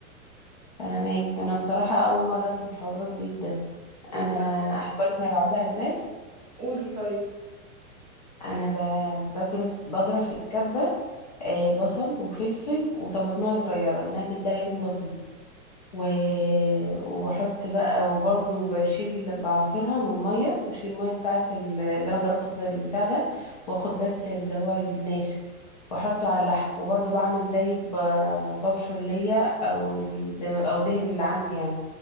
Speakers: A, on the left; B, on the right.
A: فاهمك انا الصراحة اول مرة اسمع حوار البيض ده
B: لا
A: انا احب اقولك انا بعملها ازاي
B: قولي طيب
A: انا ب- بضرب بضرب في الكبة آه، بصل وفلفل وطماطمية صغيرة انها تديها لون بسيط و... وبحط بقى وبرده بشيل بعصرها من المية بشيل المية بتاعة ال- اللي انا ضربته في البتاع ده واخد بس اللي هو الناشف واحطه على اللحم وبرده بعمل زيك ب... ببشر ليا او ال- زي ما... او دهن اللي عندي يعني